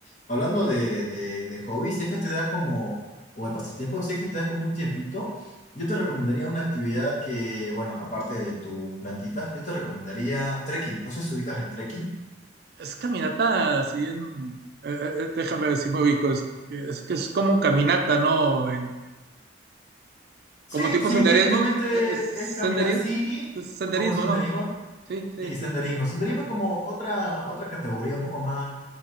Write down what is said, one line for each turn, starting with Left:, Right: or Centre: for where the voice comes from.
Left: hablando de, de, de hobbies, si es que te das como, o de pasatiempos, si es que te das como un tiempito, yo te recomendaría una actividad que, bueno, aparte de tus plantitas, yo te recomendaría trekking. No sé si ubicas el trekking.
Right: Es caminata, así en, eh, eh, eh, déjame ver si me ubico, es, es que es como caminata, ¿no? En-
Left: Sí,
Right: como tipo
Left: sí,
Right: senderismo,
Left: técnicamente
Right: eh, es
Left: es caminar,
Right: senderismo,
Left: sí,
Right: senderismo,
Left: como senderismo,
Right: ¿no? Sí, sí,
Left: sí,
Right: sí.
Left: senderismo. Senderismo es como otra, otra categoría un poco más,